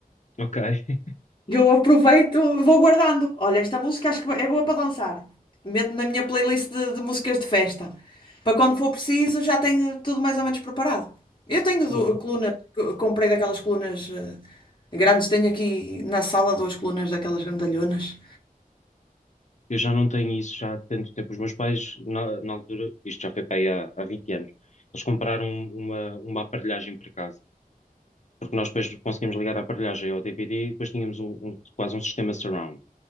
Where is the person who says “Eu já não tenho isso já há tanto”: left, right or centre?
Left